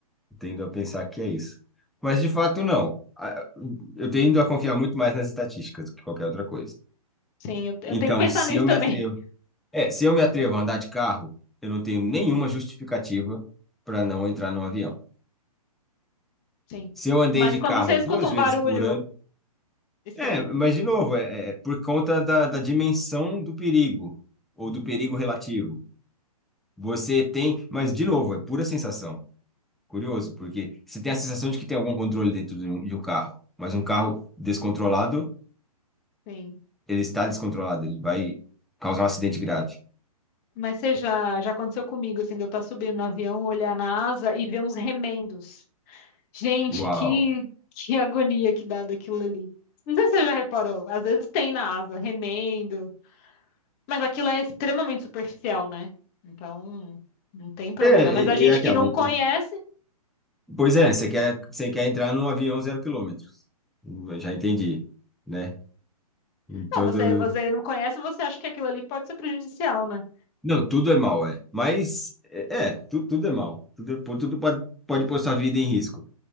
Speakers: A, in the centre; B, on the left (about 30°).
A: Eu Tendo a pensar que é isso. Mas de fato, não. A- Eu tendo a confiar muito mais nas estatísticas do que qualquer outra coisa.
B: Sim, eu, eu
A: Então,
B: tento pensar
A: se
B: nisso
A: eu
B: também.
A: me atrevo, é, se eu me atrevo a andar de carro, eu não tenho nenhuma justificativa para não entrar num avião.
B: <laughs> Sim.
A: Se eu andei
B: Mas
A: de
B: quando
A: carro
B: você escuta
A: duas
B: um
A: vezes
B: barulho
A: por ano,
B: estranho,
A: é, mas de novo, é, é por conta da, da dimensão do perigo ou do perigo relativo. Você tem, mas de novo, é pura sensação. Curioso, porque você tem a sensação de que tem algum controle dentro de um, de um carro, mas um carro descontrolado,
B: sim.
A: ele está descontrolado, ele vai causar um acidente grave.
B: Mas você já, já aconteceu comigo, assim, de eu estar subindo no avião, olhar na asa e ver uns remendos. Gente,
A: Uau.
B: que, que agonia que dá daquilo ali. Não sei se você já reparou, às vezes tem na asa, remendo, mas aquilo é extremamente superficial, né? Então, não tem problema.
A: É, é,
B: Mas a gente
A: é aquela.
B: que não
A: um,
B: conhece,
A: Pois é, você quer, você quer entrar num avião zero quilômetro. Hum, eu Já entendi, né? Em Todo...
B: não, você, você não conhece, você acha que aquilo ali pode ser prejudicial, né?
A: Não, tudo é mal, é. Mas, é, é, tu- tudo é mal. Tudo, é- tudo pode, pode pôr sua vida em risco.